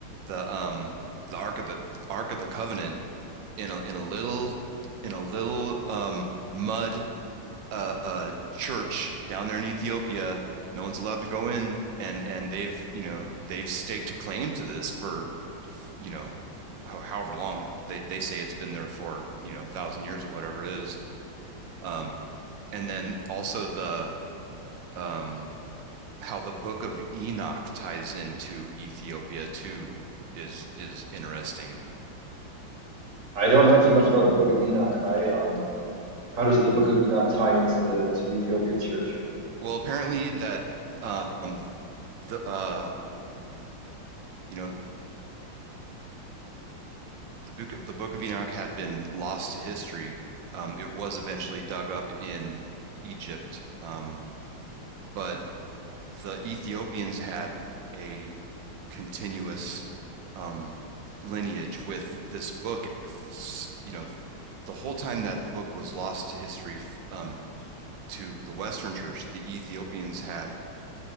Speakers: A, on the right; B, on the right.
A: the um the ark of the ark of the covenant in a in a little in a little um, mud uh, uh, church down there in Ethiopia. No one's allowed to go in, and and they've you know they've staked claim to this for you know however long they they say it's been there for you know a thousand years or whatever it is. Um, and then also the um, how the Book of Enoch ties into Ethiopia too is is interesting
B: I don't know too much about the Book of Enoch. I um how does the Book of Enoch tie into the to the Ethiopian church?
A: well, apparently that um, the uh, you know the book the Book of Enoch had been lost to history. Um, it was eventually dug up in Egypt, um, but the Ethiopians had a continuous um, lineage with this book. You know, the whole time that the book was lost to history um, to the Western Church, the Ethiopians had,